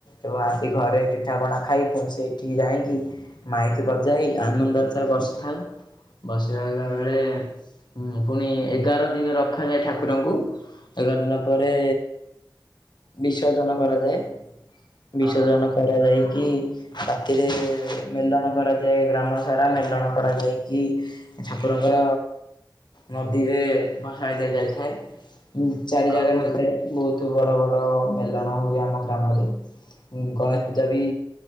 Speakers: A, on the left (about 70°); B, on the right (about 35°).
A: ଏବଂ ଆସିକି ଘରେ ପିଠାପଣା ଖାଇ ପୁଣି ସେ ଏଇଠି ଯାଇକି ମାଇକି ବଜାଇ ଆନନ୍ଦ ଆଚାର ବସିଥାଉ। ବସି ରହିଲା
B: ହୁଁ
A: ବେଳେ ହୁ ପୁଣି ଏଗାର ଦିନ ରଖାଯାଏ ଠାକୁରଙ୍କୁ ଏଗାର ଦିନ
B: ହୁଁ
A: ପରେ ବିସର୍ଜନ କରାଯାଏ ବିସର୍ଜନ
B: ହଁ
A: କରାଯାଇକି ରାତିରେ ମେଲଣ କରାଯାଏ ଗ୍ରାମ ସାଳା ମେଲଣ କରାଯାଇକି ଠାକୁରଙ୍କର ନଦୀରେ ଭସାଇ ଦିଆଯାଇଥାଏ। ଚାରି
B: ହଁ
A: ଜାଗାରେ ହୋଇଥାଏ ବହୁତ ବଡ଼ ବଡ଼ ମେଲଣ ହୁଏ ଆମ ଗ୍ରାମରେ ଗ ଯଦି